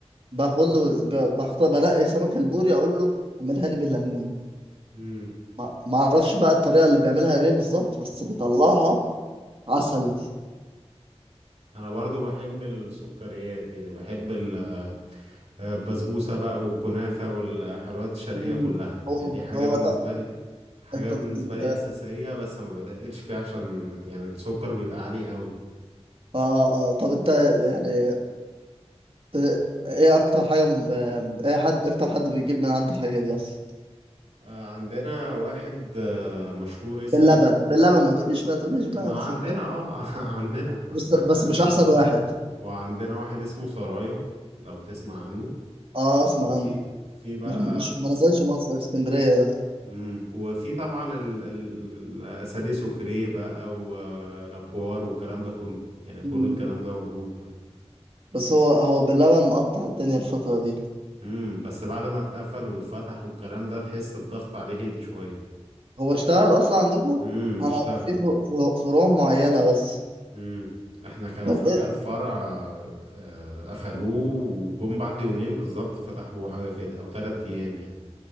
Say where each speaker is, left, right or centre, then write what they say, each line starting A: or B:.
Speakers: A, on the right; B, on the right.
A: باخد له ب- بخت- بنقي سمك البوري اقول له اعملها لي بالليمون
B: امم
A: ما ما اعرفش بقى الطريقه اللي بيعملها ايه بالظبط بس بيطلعها عسل
B: انا برضو بحب السكريات يعني بحب ال- آه، البسبوسة بقى والكنافة والحلويات الشرقية
A: مم.
B: كلها
A: هو
B: يعني دي حاجة
A: هو
B: بالنسبة
A: ط...
B: لي حاجة
A: انت
B: بالنسبة
A: انت
B: لي أساسية بس ما بتقلش فيها عشان يعني السكر بيبقى عالي قوي
A: اه اه طب انت يعني ت... ايه اكتر حاجه م- آه، ايه حد اكتر حد بيجيب من عنده حاجه دي اصلا
B: آه، عندنا واحد آه، مشهور اسمه
A: باللبن باللبن ما تقوليش ما تقوليش بقى
B: ما
A: بتفكر
B: عندنا اه <laughs> عندنا عندنا
A: بس
B: فعلا
A: بس مش
B: بلبن
A: احسن واحد
B: وعندنا واحد اسمه سرايا لو تسمع عنه
A: اه اسمع
B: وفي
A: عنه
B: في بقى
A: مش مش ما نزلش مصر اسكندريه ده
B: مم. وفي طبعا ال- ال- الاساليب سوكري بقى ولابوار والكلام ده كله يعني كل
A: مم.
B: الكلام ده موجود برضه
A: بس هو هو باللبن مقطع الدنيا الفتره دي
B: امم بس بعد ما اتقفل واتفتح والكلام ده تحس الضغط عليه هدي شويه
A: هو اشتغل اصلا عندكم
B: امم
A: انا
B: اشتغل
A: في فر- فر- فروع معينه بس
B: امم احنا كانوا
A: <laughs>
B: فجأة الفرع آه، قفلوه وجم بعد يومين بالظبط فتحوه حاجة كده او ثلاث ايام يعني